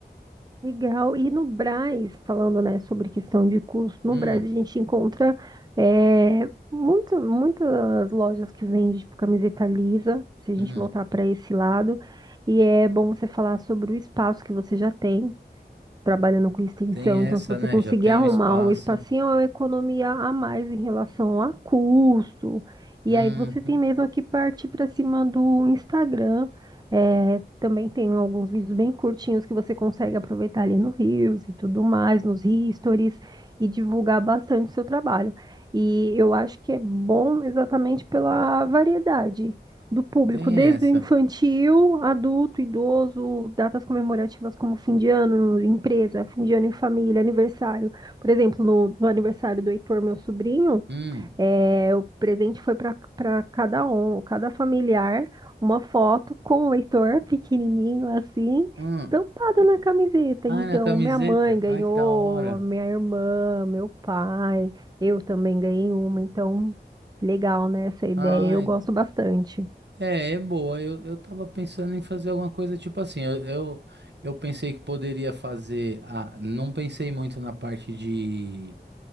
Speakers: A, on the right; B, on the right.
A: Legal. E no Brás, falando, né, sobre questão de custo, no
B: Hum,
A: Brás a gente encontra é, muita- muitas lojas que vendem tipo camiseta lisa, se a gente
B: hum,
A: voltar para esse lado. E é bom você falar sobre o espaço que você já tem, trabalhando com extensão.
B: tem essa,
A: Então, se você
B: né?
A: conseguir
B: Já tem
A: arrumar
B: o espaço.
A: um espacinho, é uma economia a mais em relação a custo. E
B: Uhum,
A: aí você tem mesmo que partir para cima do Instagram. É, também tem alguns vídeos bem curtinhos que você consegue aproveitar ali no Reels e tudo mais, nos Stories, e divulgar bastante o seu trabalho. E eu acho que é bom exatamente pela variedade do público,
B: tem
A: desde
B: essa.
A: o infantil, adulto, idoso, datas comemorativas como fim de ano, empresa, fim de ano em família, aniversário. Por exemplo, no, no aniversário do Heitor, meu sobrinho,
B: Hum,
A: é, o presente foi para cada um, cada familiar, uma foto com o Heitor, pequenininho assim,
B: hum.
A: estampado na camiseta.
B: Ai,
A: Então,
B: na camiseta.
A: minha mãe ganhou,
B: Ai, que da hora.
A: minha irmã, meu pai, eu também ganhei uma. Então, legal, né, essa ideia.
B: Ai,
A: Eu gosto bastante.
B: É, é boa. Eu, eu tava pensando em fazer alguma coisa tipo assim. Eu, eu, eu pensei que poderia fazer. A, não pensei muito na parte de